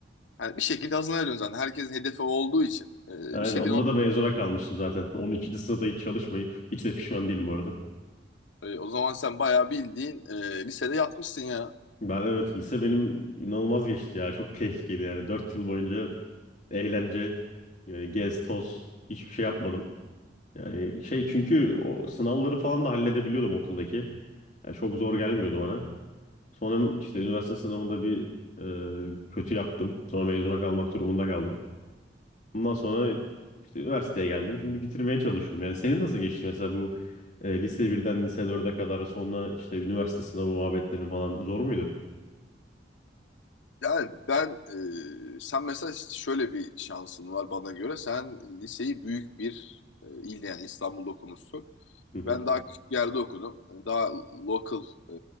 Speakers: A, on the left; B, on the left.
A: Yani bir şekilde hazırlanıyorsun zaten. Herkesin hedefi olduğu için. Ee,
B: Yani
A: bir şekilde
B: onda da mezuna kalmıştım zaten. <laughs> 12. sınıfta hiç çalışmayıp hiç de pişman değilim bu arada.
A: E, o zaman sen bayağı bildiğin e, lisede yatmışsın ya.
B: Ben evet lise benim inanılmaz geçti ya. Çok keyifliydi yani. 4 yıl boyunca eğlence, yani gez toz hiçbir şey yapmadım. Yani şey çünkü o sınavları falan da halledebiliyordum okuldaki. Yani çok zor gelmiyordu bana. Sonra işte üniversite sınavında bir e, kötü yaptım. Sonra mezuna kalmak durumunda kaldım. Bundan sonra işte üniversiteye geldim. Şimdi bitirmeye çalışıyorum. Yani senin nasıl geçti mesela bu e, lise birden lise dörde kadar sonra işte üniversite sınavı muhabbetlerin falan zor muydu?
A: Yani ben, e, sen mesela şöyle bir şansın var bana göre. Sen liseyi büyük bir e, ilde yani İstanbul'da okumuşsun.
B: Hı hı.
A: Ben daha küçük bir yerde okudum. Yani daha local e,